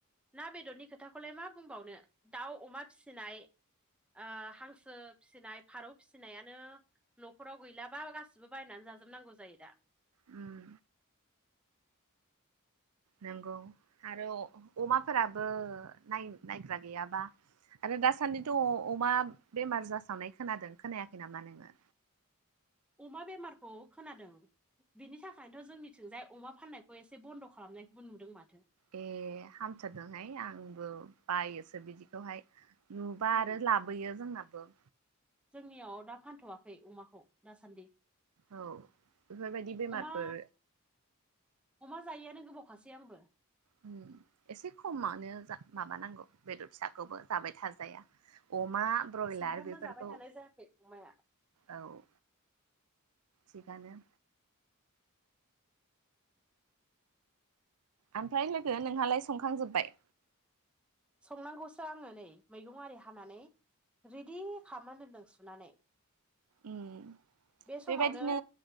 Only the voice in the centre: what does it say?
ना बेदरनि खोथाखौलाय मा बुंबावनो दाउ अमा फिसिनाय ओ हांसो फिसिनाय फारौ फिसिनायानो न'खराव गैलाबा गासिबो बायनानै जाजोबनांगौ जायो दा।
अमा बेमारखौ खोनादों। बेनि थाखायनोथ' जोंनिथिंजाय अमा फाननायखौ एसे बन्द' खालामनायखौबो नुदों माथो।
उम
जोंनियाव दा फानथ'वाखै अमाखौ। दासान्दि
अमा अमा जायैआनो गोबावखासै आंबो
साफ्रामबो
जाबाय थानाय जायाखै अमाया
संनांगौसो आङो नै मैगं आरि हानानै रेडि खालामना दोन्दों सुनानै
बे समावनो